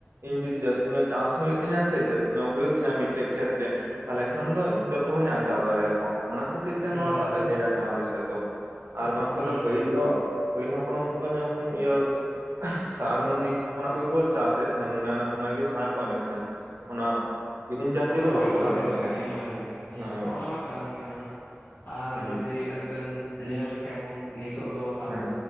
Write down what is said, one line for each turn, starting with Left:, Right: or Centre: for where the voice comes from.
Right: ᱤᱧ ᱡᱩᱫᱤ ᱡᱟᱹᱥᱛᱤ ᱧᱚᱜ ᱪᱟᱥ ᱦᱩᱭᱩᱜ ᱛᱤᱧᱟ ᱥᱮ ᱡᱟᱹᱥᱛᱤ ᱧᱚᱜ ᱦᱩᱭᱩᱜ ᱛᱤᱧᱟ ᱢᱤᱫᱴᱮᱡ ᱠᱷᱮᱛ ᱨᱮᱼᱼ ᱛᱟᱦᱚᱞᱮ ᱠᱷᱟᱱ ᱫᱚ ᱤᱧ ᱡᱚᱛᱚ ᱦᱚᱲᱤᱧ ᱟᱱᱴᱟᱣ ᱫᱟᱲᱮᱭᱟᱠᱚᱣᱟ ᱾ ᱚᱱᱟᱼᱼ ᱠᱷᱟᱹᱛᱤᱨ ᱛᱮ
Left: ᱦᱮᱸ
Right: ᱱᱚᱣᱟᱴᱟᱜ
Left: ᱦᱮᱸ
Right: ᱫᱚ ᱦᱮᱡ ᱟᱠᱟᱱᱟ ᱟᱞᱮ ᱥᱮᱫ ᱫᱚ, ᱟᱨ ᱵᱟᱝᱠᱷᱟᱱ
Left: ᱦᱮᱸ
Right: ᱫᱚ ᱯᱟᱹᱦᱤᱞ ᱫᱚᱼᱼ ᱯᱟᱹᱦᱤᱞᱨᱮ ᱦᱟᱯᱲᱟᱢ ᱠᱚᱫᱚ ᱧᱮᱞ ᱠᱚ ᱤᱭᱟᱹ ᱥᱟᱨ ᱢᱟᱫᱤ ᱠᱷᱚᱱᱟᱜ ᱜᱚᱠᱚ ᱪᱟᱥᱮᱫ ᱾ <unintelligible> ᱚᱱᱟᱜᱮ ᱥᱟᱨ ᱠᱚ ᱮᱢᱮᱫ ᱛᱟᱦᱮᱱ ᱚᱱᱟ ᱠᱤᱨᱤᱧ ᱡᱟᱛᱤᱭᱚ
Left: ᱦᱚ
Right: ᱫᱚ
Left: ᱜᱩᱨᱤᱡ
Right: ᱵᱟᱝᱠᱚ
Left: ᱵᱟᱸᱫᱮ
Right: ᱞᱟᱜᱟᱣ
Left: ᱠᱷᱚᱡᱜᱮ
Right: ᱛᱟᱦᱮᱸᱱ
Left: ᱦᱳᱭ ᱦᱳᱭ,
Right: ᱦᱮᱸ
Left: ᱚᱱᱟ ᱢᱟ ᱠᱟᱱ ᱜᱮ ᱱᱟᱸᱜᱼᱼ ᱟᱨ
Right: ᱦᱮᱸ
Left: ᱡᱩᱫᱤ ᱮᱱᱛᱮᱫ ᱧᱮᱞ ᱞᱮᱠᱷᱟᱡ ᱵᱚᱱ ᱱᱤᱛᱚᱜ ᱫᱚ ᱟᱵᱩᱼᱼ
Right: ᱦᱮᱸ